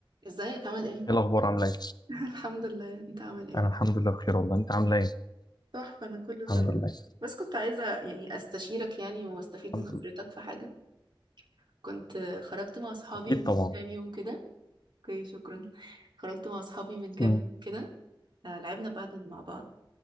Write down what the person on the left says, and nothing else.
ايه الاخبار عامله ايه
انا الحمد لله بخير والله انت عامله ايه
الحمد لله
الحمد
لله
اكيد
طبعا
مم.